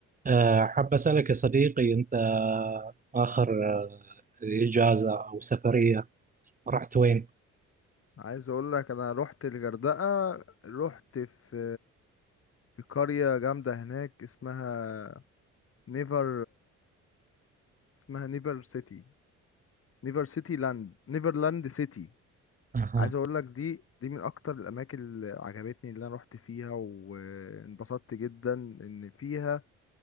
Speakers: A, on the right (about 25°); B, on the left (about 50°).
A: آه، حاب أسألك يا صديقي أنت آخر آه، إجازة أو سفرية رحت وين؟
B: عايز اقول لك انا رحت الغردقة رحت في في قرية جامدة هناك اسمها نيفر اسمها نيفر سيتي نيفر سيتي لاند نيفرلاند سيتي
A: أها
B: عايز اقول لك دي دي من اكتر الاماكن اللي عجبتني اللي انا رحت فيها وانبسطت جدا ان فيها